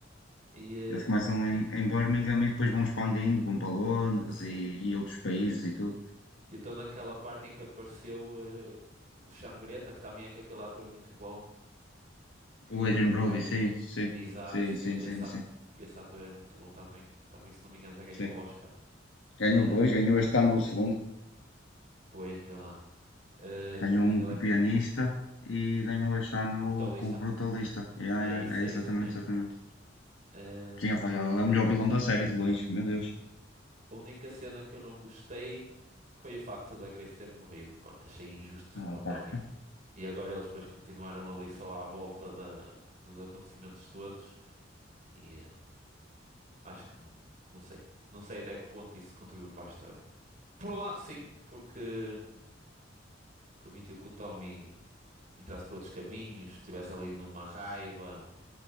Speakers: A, on the right (about 40°); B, on the left (about 85°).
A: E. eh,
B: Eles começam em,
A: e
B: em Birmingham e depois vão expandindo, vão para Londres
A: sim,
B: e, e outros países e tudo.
A: eu estou naquela parte em que apareceu eh, o Xangreta, que também é com aquele ator muito bom, que
B: O Adrian
A: também
B: Brody,
A: já.
B: sim, sim,
A: Exato,
B: sim, sim,
A: e- esse,
B: sim, sim,
A: at- esse ator é muito bom também. Também, se não me engano, já ganhou
B: sim.
A: o Oscar.
B: Ganhou
A: Ahm,
B: dois, ganhou este ano o segundo,
A: Pois, vê lá. Eh,
B: ganhou um
A: ele
B: com o
A: é
B: pianista e ganhou este ano
A: o brutalista.
B: com o brutalista. Yeah,
A: É
B: yeah,
A: isso,
B: é exatamente,
A: é isso mesmo.
B: exatamente.
A: Eh,
B: Sim, ele foi- ele é o melhor vilão da série de longe, meu Deus.
A: a única cena que eu não gostei foi o facto da Grace ter morrido. pá, achei injusto
B: Ah,
A: para o Tommy.
B: tá.
A: E agora eles depois continuaram ali só à volta da- dos acontecimentos todos. E eh, acho que não, não sei. Não sei até que ponto isso contribuiu para a história. Por um lado, sim, porque permitiu que o Tommy entrasse por outros caminhos, estivesse ali numa raiva.